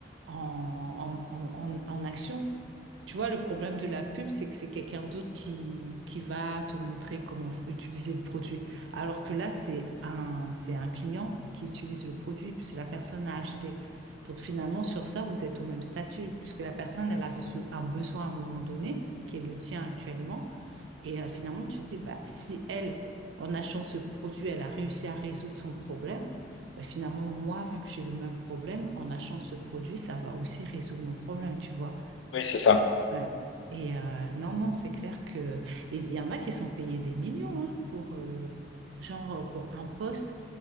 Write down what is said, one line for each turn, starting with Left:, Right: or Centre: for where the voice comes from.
Right: en, en, en, en en action. Tu vois, le problème de la pub, c'est que c'est quelqu'un d'autre qui, qui va te montrer comment f- utiliser le produit. Alors que là, c'est un, c'est un client qui utilise le produit, puisque la personne a acheté. Donc finalement, sur ça, vous êtes au même statut, puisque la personne, elle avait ce- un besoin à un moment donné, qui est le tien actuellement. Et euh, finalement, tu dis, bah, si elle, en achetant ce produit, elle a réussi à résoudre son problème, bah, finalement, moi, vu que j'ai le même problème, en achetant ce produit, ça va aussi résoudre mon problème, tu vois.
Left: Oui, c'est ça.
Right: Ouais. Et euh, non, non, c'est clair que... et Il y en a qui sont payés des millions hein, pour, euh, genre, euh, pour un poste.